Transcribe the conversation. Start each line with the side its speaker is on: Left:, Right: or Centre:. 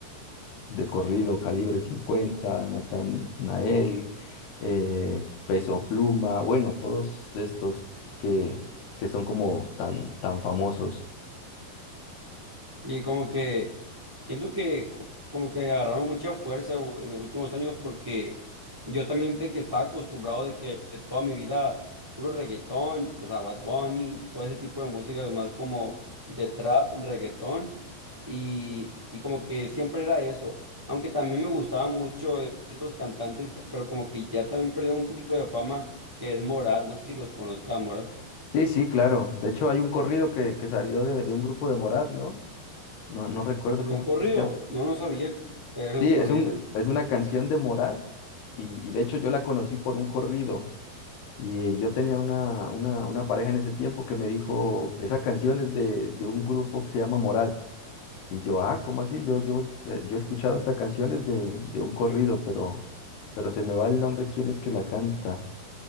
Left: de corrido, Calibre cincuenta Nathan Nael, eh, Peso Pluma, bueno, todos estos que, que son como tan, tan famosos.
Centre: Y como que siento que co- como que agarraron mucha fuerza o- en los últimos años porque yo también de que estaba acostumbrado de que toda mi vida puro reggaetón, o sea, Bad Bunny y todo ese tipo de música más como de trap, reggaetón y, y como que siempre era eso. Aunque también me gustaban mucho eh, estos cantantes, pero como que ya también perdieron un poquito de fama, que es Morat, no sé si los conozca a Morat.
Left: Sí, sí, claro. De hecho, hay un corrido que, que salió de, de un grupo de Morat, ¿no? No, no recuerdo
Centre: ¿Se un
Left: cómo
Centre: corrido?
Left: se llama.
Centre: No, no sabía que era
Left: Sí,
Centre: un corrido.
Left: es un, es una canción de Morat y, y de hecho yo la conocí por un corrido. Y eh, yo tenía una, una, una pareja en ese tiempo que me dijo, esa canción es de, de un grupo que se llama Morat. Y yo, ah, ¿cómo así? Yo, yo, eh, yo he escuchado esta canción es de, de un corrido, pero, pero se me va el nombre, ¿quién es que la canta?